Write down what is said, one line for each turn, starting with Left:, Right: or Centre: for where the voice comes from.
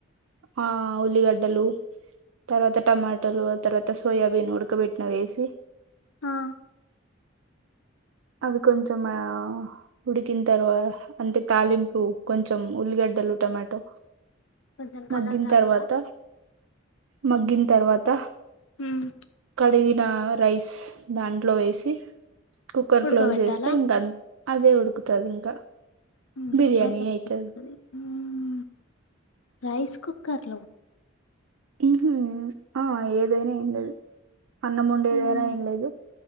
Right: ఆ ఉల్లిగడ్డలు తర్వాత టమాటలు ఆ తర్వాత సోయాబీన్ ఉడకబెట్టినవి వేసి
Left: ఆ
Right: అవి కొంచెం ఆ ఉడికిన తర్వా అంటే తాలింపు కొంచెం ఉల్లిగడ్డలు టమోటో
Left: కొంచెం కలర్
Right: మగ్గిన్
Left: రావాలా
Right: తర్వాత మగ్గిన్ తర్వాత
Left: మ్మ్
Right: కడిగి డా రైస్ దాంట్లో వేసి కుక్కర్
Left: ఉడకబెట్టాలా
Right: క్లోజ్ జేస్తే ఇంక అదే ఉడుకుతది ఇంకా
Left: మ్మ్
Right: బిర్యానీ
Left: కుక్కర్ లో
Right: ఎయితది
Left: ఉంటది మ్మ్ రైస్ కుక్కర్లో
Right: మ్మ్ ఆ ఏదైనా ఎం లేదు అన్నం వొండేదైనా
Left: మ్మ్
Right: ఏంలేదు